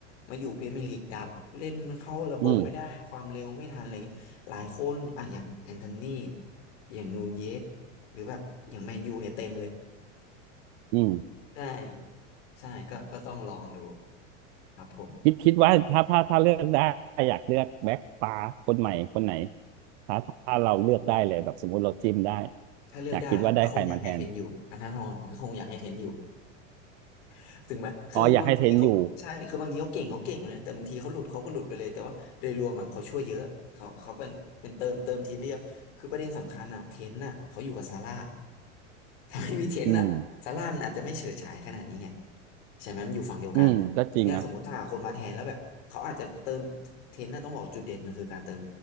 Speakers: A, on the left; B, on the right.
A: มาอยู่พรีเมียร์ลีกดับเล่นเข้าระบบไม่ได้ความเร็วไม่ทันอะไรเงี้ยหลายคนอ่ะอย่างแอนโทนี
B: อืม
A: อย่างนูนเยสหรือแบบอย่างแมนยูเนี่ยเต็มเลย
B: อืม
A: <laughs> ใช่ใช่ก็ก็ต้องลองดูครับผม
B: คิดคิดว่าถ้าถ้าถ้าเลือกได้อยากเลือกแบ็คฟ้าคนใหม่คนไหนถ้าถ้าเราเลือกได้เลยแบบสมมุติเราจิ้มได้
A: ถ้าเลือกได้อะก็คงอยากให้เทนอยู่อัธนาธรก็คงอยากให้เทนอยู่
B: อยากคิดว่าได้ใครมาแทน
A: <laughs> ถึงไหมคือบางทีเขาใช่คือบางทีเขาเก่งเขาเก่งเลยนะแต่บางทีเขาหลุดเขาก็หลุดไปเลยแต่ว่าโดยรวมอ่ะเขาช่วยเยอะเขาเขาเป็นเป็นเติมเติมทีมได้เยอะคือประเด็นสำคัญอ่ะเทนอ่ะเขาอยู่กับซาร่า
B: อ๋ออยากให้เทนอยู่
A: ถ้าไม่มีเทนอ่ะซาร่ามันอาจจะไม่เฉิดฉายขนาดนี้ไง
B: อืม
A: ใช่ไหมมันอยู่ฝั่งเดียวกันทีเนี้ยสมมติถ้าหาคนมาแทนแล้วแบบเขาอาจจะเติมเทนน่ะต้องบอกจุดเด่นมันคือการเติม
B: อืมก็จริงนะ